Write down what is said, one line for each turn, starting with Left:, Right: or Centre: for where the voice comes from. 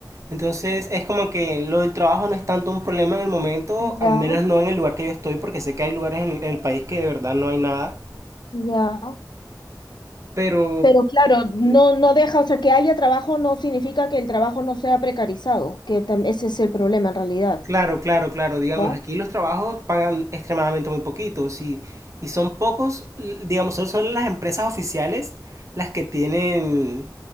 Right: Entonces, es como que lo del trabajo no es tanto un problema en el momento, al
Left: Ya,
Right: menos no en el lugar que yo estoy, porque sé que hay lugares en en el país que de verdad no hay nada.
Left: ya.
Right: Pero
Left: Pero claro, no, no deja, o sea, que haya trabajo no significa que el trabajo no sea precarizado, que tam- ese es el problema en realidad,
Right: Claro, claro, claro. Digamos,
Left: ¿no?
Right: aquí los trabajos pagan extremadamente muy poquitos y, y son pocos, l- digamos, solo son las empresas oficiales las que tienen